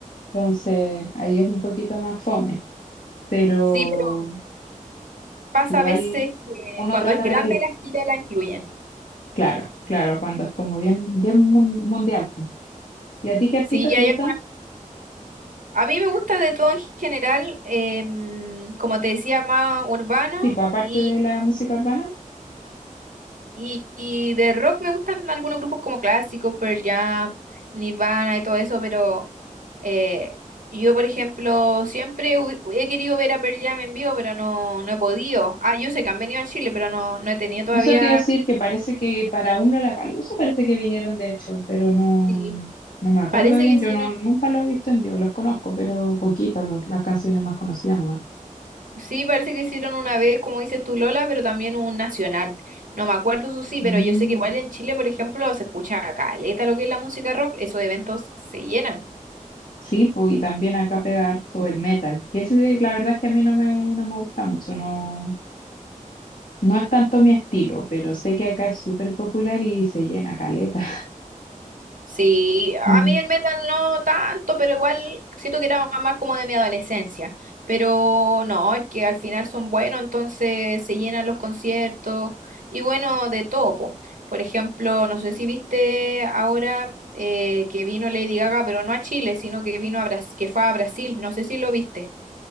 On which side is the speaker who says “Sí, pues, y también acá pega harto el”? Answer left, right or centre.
Left